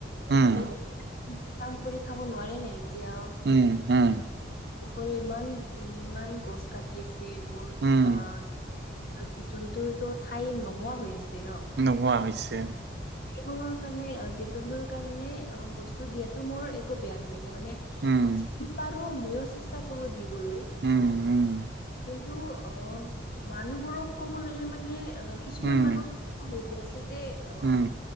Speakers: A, on the right (about 60°); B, on the left (about 50°).
A: উম,
B: মানে কাম কৰি খাব নোৱাৰে নে এতিয়া
A: উম - হুম।
B: <unintelligible> ইমান- ইমান গছ কাটি আছে বহুত।
A: উম,
B: অ' জীৱ-জন্তুৰ তো ঠাই নোহোৱা হৈ আছে ন'
A: নোহোৱা হৈছে।
B: সেইবোৰ কাৰণে- অ' জীৱ-জন্তুৰ কাৰণে অ' বস্তু দিয়াতো মোৰ একো বেয়া নালাগে। মানে
A: উম,
B: পাৰোঁ, ময়ো চেষ্টা কৰোঁ দিবলৈ।
A: উম, উম,
B: কিন্তু অ' মানুহবোৰক ক'ব ললে, মানে অ' কিছুমান
A: উম,
B: মানুহ হৈ যাই আছে যে, অ'-
A: উম,